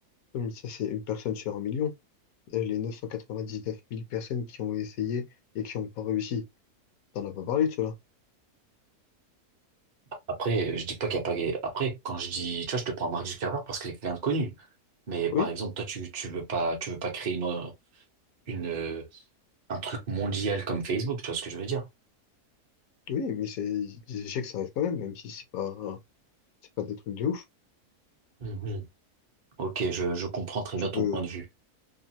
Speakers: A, on the left; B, on the right.
A: Comme ça, c'est une personne sur un million. Euh, Les 999 000 personnes qui ont essayé et qui n'ont pas réussi. T'en as pas parlé de cela.
B: Après, euh, je dis pas qu'il y a pas. Après, quand je dis, tu vois, je te prends Mark Zuckerberg parce que c'est quelqu'un de connu. Mais
A: Oui,
B: par exemple, toi, tu, tu veux pas, tu veux pas créer une, une, euh, un truc mondial comme Facebook, tu vois ce que je veux dire?
A: oui, mais c'est des échecs, ça arrive quand même, même si c'est pas, c'est pas des trucs de ouf.
B: Mhm. Ok, je, je comprends très
A: Tu
B: bien
A: peux,
B: ton point de vue.